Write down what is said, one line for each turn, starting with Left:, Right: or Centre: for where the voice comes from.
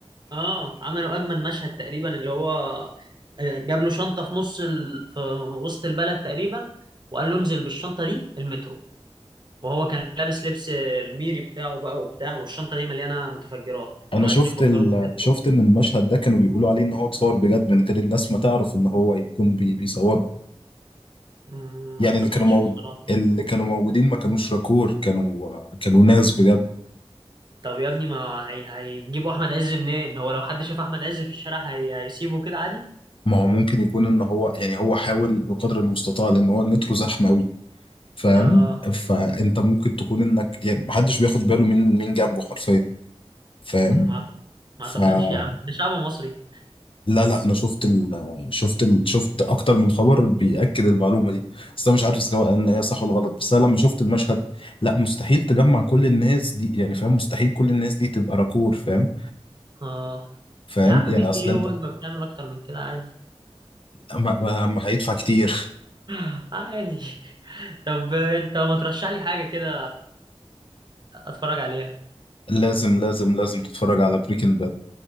Right: آه عملوا أجمد مشهد تقريبا اللي هو آه، جاب له شنطة في نص ال... في وسط البلد تقريبا وقال له انزل بالشنطة دي المترو وهو كان لابس لبس الميري بتاعه بقى وبتاع والشنطة دي مليانة متفجرات كانوا
Left: أنا
Right: عايزين
Left: شفت
Right: يفجروا
Left: ال...
Right: المترو
Left: شفت إن المشهد ده كانوا بيقولوا عليه إن هو اتصور بجد من غير الناس ما تعرف إن هو يكون بي... بيصوره
Right: مم،
Left: يعني
Right: ما اعتقدش
Left: اللي كانوا موجود
Right: بصراحة
Left: اللي كانوا موجودين ما كانوش راكور كانوا كانوا ناس بجد
Right: طب يا ابني ما هي... هيجيبوا احمد عز منين هو لو حد شاف احمد عز في الشارع هي... هيسيبه كده عادي
Left: ما هو ممكن يكون ان هو يعني هو حاول بقدر المستطاع لان هو المترو زحمه قوي فاهم
Right: اه
Left: فانت ممكن تكون انك يعني محدش بياخد باله من من جنبه حرفيا فاهم
Right: ما أعتقد... ما
Left: فلا
Right: اعتقدش يا عم ده شعب مصري
Left: لا لا، انا شفت ال... شفت ال... شفت اكتر من خبر بيأكد المعلومه دي بس انا مش عارف سواء ان هي صح ولا غلط بس انا لما شفت المشهد لا مستحيل تجمع كل الناس دي يعني فاهم مستحيل كل الناس دي تبقى راكور فاهم
Right: اه
Left: فاهم
Right: يا عم 100
Left: يعني
Right: جنيه
Left: اصل انت
Right: ووجبة بتعمل اكتر من كده عادي
Left: ما ما- ما هيدفع كتير
Right: <laughs> عادي طب انت ما ترشح لي حاجة كده اتفرج عليها
Left: لازم لازم لازم تتفرج على بريكنج باد